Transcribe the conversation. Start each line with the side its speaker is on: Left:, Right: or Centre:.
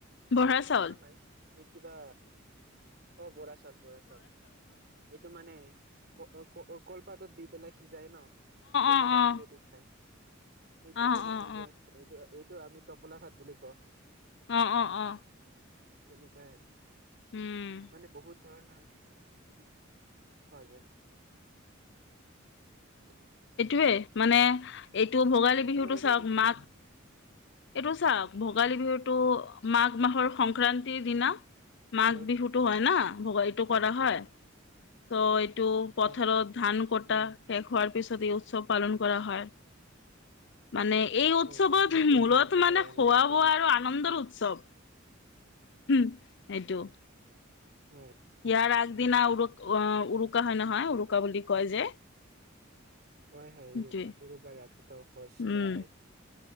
Right: মোৰ
Left: বৰা
Right: ভালকে
Left: চাউল
Right: মনত নাই। এই কিবা অ, বৰা চাউল, বৰা চাউল এইটো মানে ক কলপাতত দি পেলাই সিজাই ন' সেইটো
Left: অ',
Right: গাখীৰেদি
Left: অ',
Right: খায়। সটো
Left: অ', অ',
Right: এনে
Left: অ',
Right: এ এইটো এইটো আমি ত'পলা ভাত বুলি কওঁ।
Left: অ', অ', অ',
Right: তেনেকাই আৰু
Left: উম,
Right: মানে বহুত ধৰণৰ খোৱা যায়। <inaudible>
Left: এইটোৱে মানে এইটো ভোগালী
Right: আপোনালোকে
Left: বিহুটো চাওক
Right: কি কি
Left: মাঘ
Right: কৰে
Left: এইটো চাওক ভোগালী বিহুটো মাঘ মাহৰ সংক্ৰান্তিৰ দিনা মাঘ
Right: হেল্ল'
Left: বিহুটো হয় না, ভোগালীটো কৰা হয়। ত' এইটো পথাৰত
Right: হয়
Left: ধান কটা
Right: উম
Left: শেষ হোৱাৰ পিছত এই উৎসৱ পালন কৰা হয়। মানে এই উৎসৱত
Right: অ নতুন
Left: মূলত
Right: ধান চপাই
Left: মানে
Right: আনে
Left: খোৱা
Right: নতুন
Left: বোৱা আৰু আনন্দৰ উৎসৱ। চ'ব এইটো
Right: হয়
Left: ইয়াৰ আগদিনা উৰু উৰুকা হয় নহয়, উৰুকা বুলি কয় যে
Right: হয়, হয়
Left: সেইটোৱে
Right: উৰুকা উৰুকাৰ ৰাতিটো শোজ
Left: উম
Right: খোৱা হয়।